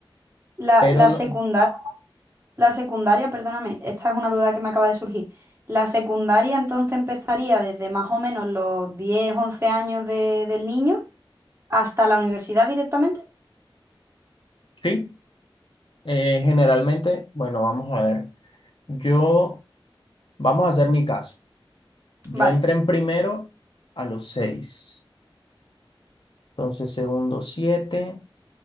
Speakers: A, on the right; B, on the left.
A: La,
B: Pero
A: la
B: no-
A: secundaria. La secundaria, perdóname, esta es una duda que me acaba de surgir. La secundaria entonces empezaría desde más o menos los 10, 11 años de- del niño hasta la universidad directamente.
B: sí, eh, generalmente, bueno, vamos a ver. Yo, vamos a hacer mi caso. Yo
A: Vale,
B: entré en primero a los seis, Entonces, segundo 7,